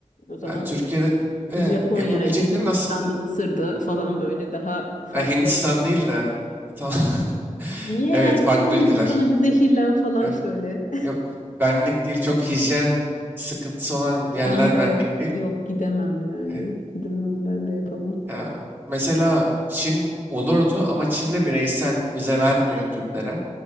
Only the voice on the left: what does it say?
O zaman
Japonya'ydı,
Hindistan'da,
Mısır'da falan böyle daha farklı.
Niye
ya git
bir Hindistan'a
bir zehirlen falan
şöyle.
Ben de
yok gidemem yani.
Gidemem ben de yapamam.